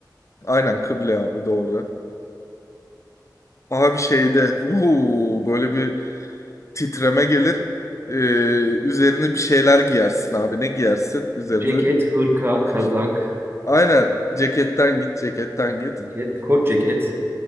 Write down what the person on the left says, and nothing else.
Aynen kıble abi doğru. Abi şeyde uuu, böyle bir titreme gelir. Eee, üzerine bir şeyler giyersin abi. Ne giyersin üzerine?
Kış.
Aynen ceketten git ceketten git.